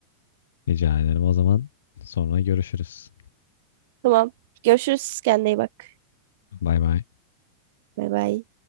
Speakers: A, on the left (about 80°); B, on the right (about 65°).
A: Rica ederim. O zaman sonra görüşürüz.
B: Tamam. Görüşürüz. Kendine iyi bak.
A: Bay bay.
B: Bay bay.